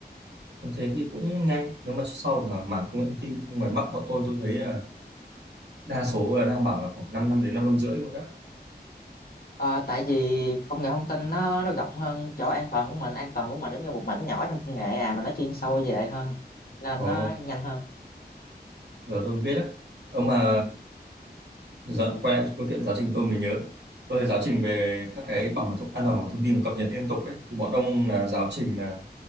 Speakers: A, on the right; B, on the left.
A: nếu thế thì cũng nhanh nếu mà sau là mảng công nghệ thông tin nhưng ngoài Bắc bọn tôi tôi thấy là đa số là đang bảo là khoảng 5 năm đến 5 năm rưỡi luôn đó
B: Ờ, tại vì công nghệ thông tin nó nó rộng hơn chỗ an toàn của mình an toàn của mình giống như một mảnh nhỏ trong công nghệ à mà nó chuyên sâu về hơn nên
A: Ồ,
B: nó nhanh hơn
A: giờ tôi biết đấy. Ờ mà Dạ, quay lại câu chuyện giáo trình tôi mới nhớ. Tôi thấy giáo trình về các cái bảo mật thông, an toàn bảo mật thông tin và cập nhật liên tục ấy, thì bọn ông là giáo trình là